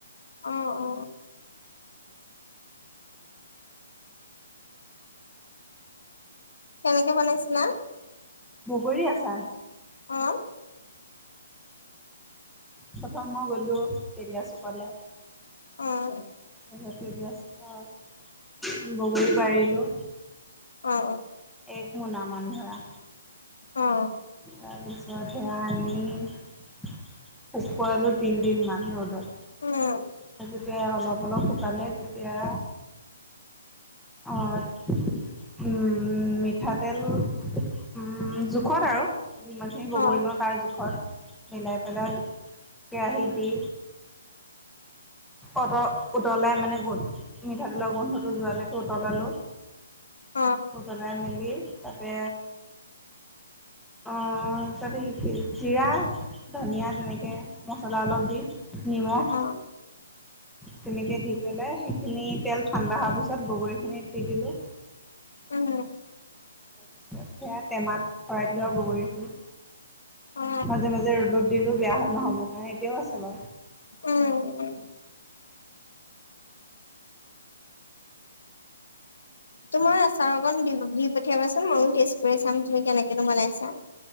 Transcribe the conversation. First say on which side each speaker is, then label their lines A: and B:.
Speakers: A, on the left; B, in the centre.
A: অ' অ'। কেনেকে বনাইছিলা?
B: বগৰী আচা।
A: অ'।
B: প্ৰথম মই গ'লোঁ তেলীয়া চুকলে
A: অহ।
B: তাচত তেলীয়া চুকত বগৰী পাৰিলোঁ।
A: অ' অ'।
B: একমোনা মান ধৰা।
A: অ
B: তাৰপিছত, সেয়া আনি শুকোৱালোঁ তিনদিনমান ৰ'দত।
A: উম
B: আৰু যেতিয়া অলপ অলপ শুকালে তেতিয়া অ' উম মি ঠাতেল উম জোখত আৰু যিমানখিনি বগৰী
A: অ
B: লওঁ তাৰ জোখত। মিলাই পেলাই কেৰাহীত দি অত উতলাই মানে গোন্ধ মিঠাতেলৰ গোন্ধটো যোৱালৈকে উতলালোঁ।
A: অ
B: উতলাই মেলি তাতে অ' তাতে কি কি? জিৰা, ধনিয়া, তেনেকে মছলা অলপ দি। নিমখ
A: অ
B: তেনেকে দি পেলাই সেইখিনি তেল ঠাণ্ডা হোৱাৰ পিছত বগৰীখিনিত দি দিলোঁ।
A: উম ওম
B: তাৰপিছত সেয়াত টেমাত ভৰাই দিলোঁ আও বগৰীখিনি
A: অ
B: মাজে মাজে ৰ'দত দিলো বেয়া নহ'ব টাইম এতিয়াও আছে বাও
A: উম তোমাৰ আচাৰ অকণ দি দি পঠিয়াবাচোন ময়ো টেষ্ট কৰি চাম তুমি কেনেকেনো বনাইছা।